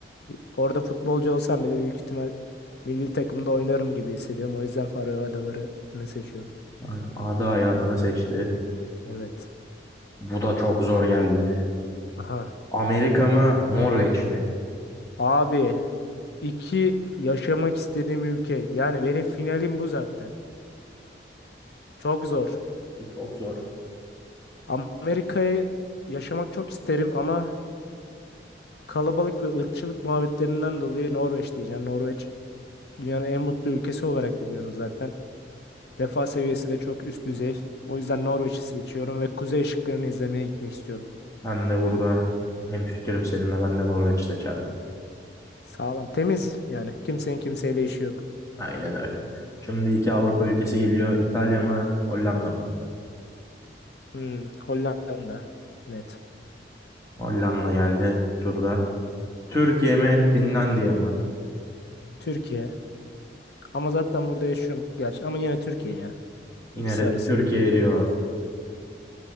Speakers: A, on the left; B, on the left.
A: E, Orada futbolcu olsam bile büyük ihtimal milli takımda oynarım gibi hissediyorum. O yüzden Faroe Adaları'nı seçiyorum.
B: Ay, Ada hayatını seçti.
A: Evet.
B: Bu da çok zor geldi.
A: Aha.
B: Amerika mı Norveç mi?
A: Abi iki yaşamak istediğim ülke. Yani benim finalim bu zaten. Çok zor.
B: Bu çok zor.
A: Amerika'yı yaşamak çok isterim ama kalabalık ve ırkçılık muhabbetlerinden dolayı Norveç diyeceğim. Norveç dünyanın en mutlu ülkesi olarak biliyorsunuz zaten. Refah seviyesi de çok üst düzey. O yüzden Norveç'i seçiyorum ve kuzey ışıklarını izlemeye gitmek istiyorum.
B: Ben de burada hemfikirim seninle ben de Norveç seçerim.
A: Sağlam, temiz yani. Kimsenin kimseyle işi yok.
B: Aynen öyle. Şimdi iki Avrupa ülkesi geliyor. İtalya mı, Hollanda mı?
A: Hmm, Hollanda net.
B: Hollanda geldi bu turda. Türkiye mi, Finlandiya mı?
A: Türkiye. Ama zaten burada yaşıyorum gerçi. Ama yine Türkiye ya.
B: Yine
A: İkisi
B: de
A: arasında
B: Türkiye
A: Türkiye.
B: diyor.